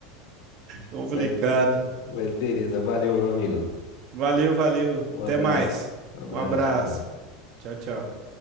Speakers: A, on the right; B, on the left.
A: Complicado.
B: Mas, mas beleza, valeu, meu amigo.
A: Valeu, valeu.
B: Um abraço.
A: Até mais.
B: Um abraço,
A: Um abraço.
B: tchau, tchau.
A: Tchau, tchau.